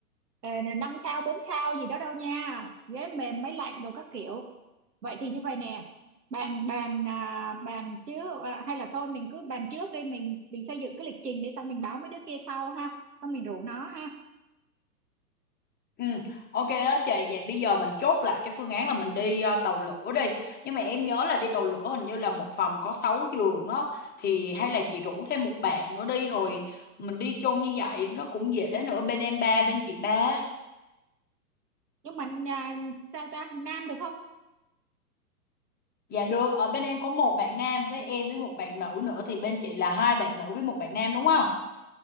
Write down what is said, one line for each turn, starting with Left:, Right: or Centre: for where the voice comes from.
Right: ờ, năm sao bốn sao gì đó đâu nha ghế mềm máy lạnh đồ các kiểu vậy thì như vậy nè bàn bàn à, bàn trước à, hay là thôi mình cứ bàn trước đây mình mình xây dựng cái lịch trình để xong mình báo mấy đứa kia sau ha xong mình rủ nó ha
Left: Ừ, ok á chị, vậy bây giờ mình chốt lại cái phương án là mình đi ờ, tàu lửa đi. Nhưng mà em nhớ là đi tàu lửa hình như là một phòng có 6 giường á thì hay là chị rủ thêm một bạn nữa đi rồi mình đi chung như vậy nó cũng dễ nữa bên em ba bên chị ba.
Right: nhưng mà à, sao ta nam được không
Left: Dạ được, ở bên em có một bạn nam với em với một bạn nữ nữa thì bên chị là hai bạn nữ với một bạn nam đúng không?